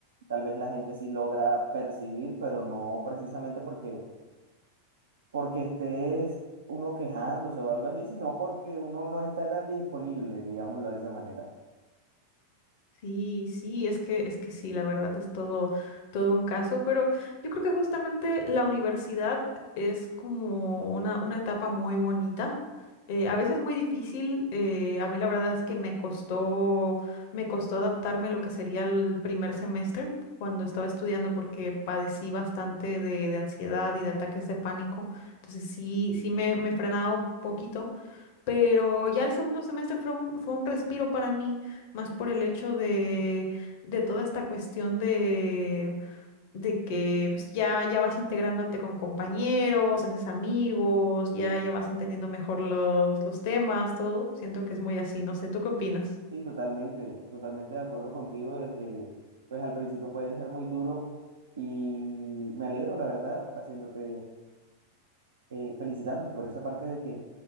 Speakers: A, on the right; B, on the left.
A: tal vez la gente sí logra percibir, pero no precisamente porque porque estés uno quejándose o algo así, sino porque uno no está tan disponible, digámoslo de esa manera.
B: Sí, sí, es que, es que sí, la verdad es todo, todo un caso, pero yo creo que justamente la universidad es como una, una etapa muy bonita. eh, a veces muy difícil, eh, a mí la verdad es que me costó, me costó adaptarme a lo que sería el primer semestre cuando estaba estudiando porque padecí bastante de, de ansiedad y de ataques de pánico. Entonces sí, sí me, me frenaba un poquito pero ya el segundo semestre fue un, fue un respiro para mí, más por el hecho de, de toda esta cuestión de, de que pues, ya, ya vas integrándote con compañeros, haces amigos, ya, ya vas entendiendo mejor los, los temas, todo. Siento que es muy así, no sé, ¿tú qué opinas?
A: Sí, totalmente, totalmente de acuerdo contigo de que pues al principio puede ser muy duro y me alegro, la verdad, haciéndote, eh, felicitándote por esa parte de que